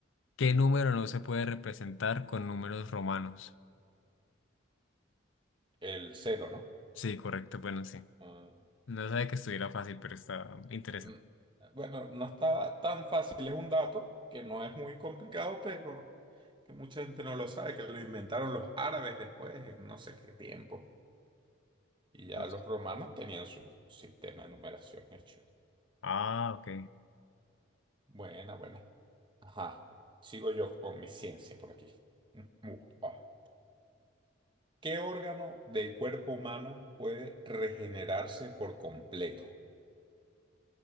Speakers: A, on the left (about 75°); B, on the right (about 25°).
A: ¿Qué número no se puede representar con números romanos?
B: El cero, ¿no?
A: Sí, correcto, bueno, sí.
B: Ah,
A: No sabía que estuviera fácil, pero está interesante.
B: Mm, Bueno, no estaba tan fácil, es un dato que no es muy complicado, pero que mucha gente no lo sabe, que lo inventaron los árabes después, en no sé qué tiempo. Y ya
A: Dos.
B: los romanos tenían su sistema de numeración hecho.
A: Ah, ok.
B: Buena, buena. Ajá. Sigo yo con mi ciencia por aquí. Mm, uh, ah. ¿Qué órgano del cuerpo humano puede regenerarse por completo?